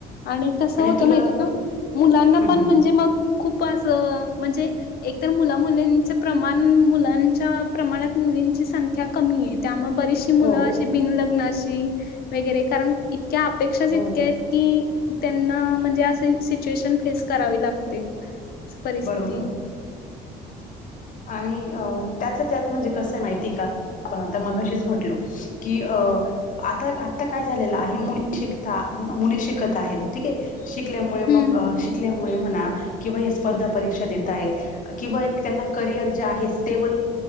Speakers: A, on the left; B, on the left.
A: आणि कसं होत
B: तुला
A: माहितये
B: हम्म,
A: का मुलांना पण
B: हम्म.
A: म्हणजे मग खूपं अस म्हणजे एक तर मुला, मुलींच प्रमाण मुलांच्या प्रमाणात मुलींची संख्या कमी आहे. त्यामुळ बरीशी मुल
B: हो
A: अशी बिनलग्नाची वगैरे कारण इतक्या अपेक्षाच
B: हो
A: इतक्या आहेत. कि त्यांना म्हणजे अस सिच्युएशन फेस करावी लागते. परिस्थिती
B: बरोबर! आणि त्यातलं त्यात म्हणजे कसं आहे माहिती का, आता मगाशीच म्हटलो. कि अं आता आत्ता काय झालेलं आहे, मुली शिकता मुली शिकत आहेत ठीक आहे. शिकल्यामुळे
A: हम्म
B: मग शिकल्यामुळे म्हणा किंवा ह्या स्पर्धा परीक्षा देतायेत. किंवा एक त्यांना करिअर जे आहे स्टेबल